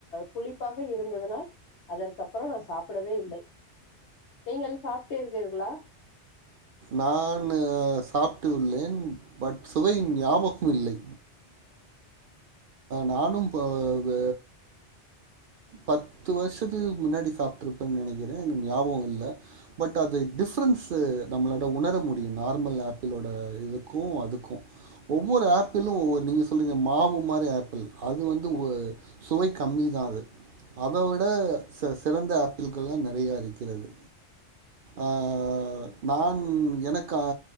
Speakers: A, on the left; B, on the right.
A: புளிப்பாக இருந்ததுனால் அதற்கப்புற நா சாப்புடவே இல்ல நீங்கள் சாப்பிட்டு இருக்கீர்களா
B: நானு சாப்ட்டு உள்ளேன் பட் சுவை ஞாபகோ இல்லை நானு போ ப பத்து வர்ஷத்துக்கு முன்னாடி சாப்பிட்டு இருப்பேன்னு நெனக்கிறே என ஞாபகம் இல்ல பட் அது டிஃப்ரன்ஸு நம்மளோட உணர முடியும் நார்மல் ஆப்பிளோட இதுக்கு அதுக்கு ஒவ்வொரு ஆப்பிளும் ஒவ்வொரு நீங்க சொல்றீங்க மாவு மாதிரி ஆப்பிள் அது வந்து ஒ சுவை கம்மி தான் அது அதை விட சிறந்த ஆப்பிள்கள்லா நெறைய இருக்கிறது அஹ் நான் எனக்கு அ